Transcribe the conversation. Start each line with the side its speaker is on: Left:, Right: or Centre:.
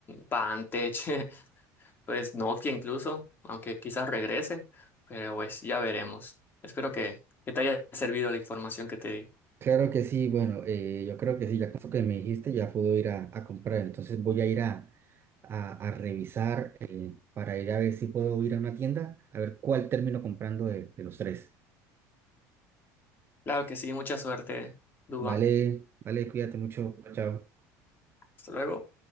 Left: Pantech, <laughs> pues Nokia incluso, aunque quizás regrese, pero pues ya veremos. Espero que, que te haya servido la información que te di.
Right: Claro que sí, bueno, eh, yo creo que sí, ya con eso que me dijiste ya puedo ir a, a comprar, entonces voy a ir a, a, a revisar eh, para ir a ver si puedo ir a una tienda, a ver cuál termino comprando de, de los tres.
Left: Claro que sí, mucha suerte, Dubán.
Right: Vale, vale, cuídate mucho, chao.
Left: Hasta luego.